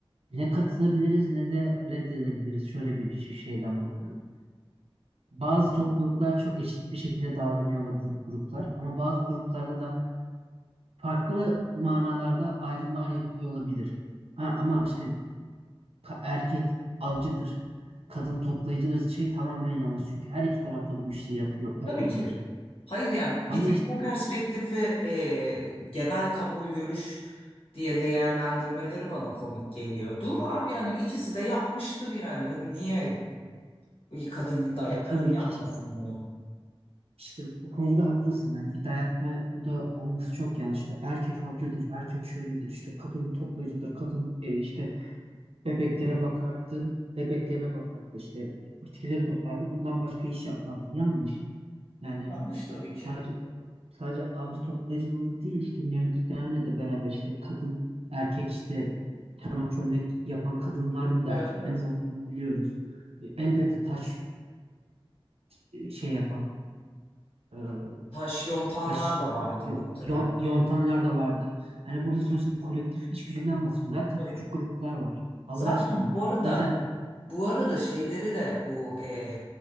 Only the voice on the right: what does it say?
ne katılabiliriz ne de reddedebiliriz. Şöyle bir şi- şeyden bakıyorum. Bazı topluluklar çok eşit bir şekilde davranıyor olabilir gruplar ama bazı gruplarda da farklı manalarda ayrımlar yapılıyor olabilir. Ha, ama işte ka- erkek avcıdır, kadın toplayıcıdır şey tamamen yanlış. Çünkü her iki tarafta bu işi yapıyor yapabilir.
Ama
işte
ya
tabii
ki
İşte bu konuda haklısın. Yani bir dayatma burada olması çok yanlıştı. Erkek avcıdır, erkek şöyledir, işte kadın toplayıcıdır, kadın e, işte bebeklere bakardı, bebeklerine bakardı, işte bitkileri toplardı. Bundan başka iş yapmazdı. Yanlış. Yani
sadece sadece avcı toplayıcılığı değil işte neolitiklerle de beraber işte kadın, erkek işte çanak çömlek yapan kadınların da
erkeklerin
de olduğunu biliyoruz. E, Elbette taş e, şey yapan, e,
taş
yo-
yon- yontanlar da vardır. Hani burada sonuçta bir kolektif iş gücünden bahsediyoruz. Zaten
küçük gruplar var. Allah
aşkına.
Zaten